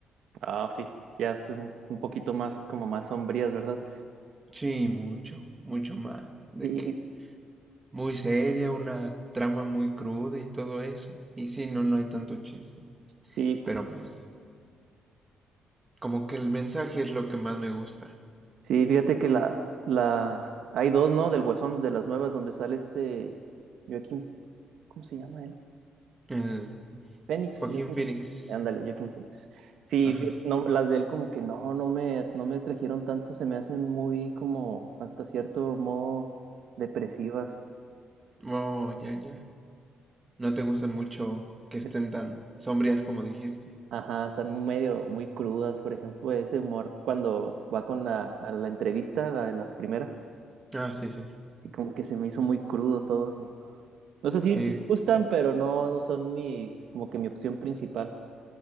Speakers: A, on the right (about 75°); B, on the right (about 20°).
A: Ah, sí, ya son un poquito más como más sombrías, ¿verdad?
B: Sí, mucho, mucho más. De
A: Sí,
B: que muy seria, una trama muy cruda y todo eso. Y sí, no, no hay tanto chiste.
A: sí, po-
B: Pero pues, como que el mensaje es lo que más me gusta.
A: sí, fíjate que la, la, hay dos, ¿no? Del Guasón, de las nuevas, donde sale este Joaquín, ¿cómo se llama él?
B: El
A: Phoenix,
B: Joaquin
A: Joaquin.
B: Phoenix.
A: Ándale, Joaquin Phoenix. Sí,
B: Ajá.
A: fíjate, no, las de él como que no, no me, no me trajeron tanto, se me hacen muy como hasta cierto modo depresivas.
B: Oh, ya, ya. No te gustan mucho que estén
A: Es-
B: tan sombrías como dijiste.
A: Ajá, están medio muy crudas, por ejemplo, ese humor cuando va con la, a la entrevista, la de la primera,
B: Ah, sí, sí.
A: sí como que se me hizo muy crudo todo y no. No sé si
B: Sí,
A: sí, sí me gustan, pero no, no son mi, como que mi opción principal.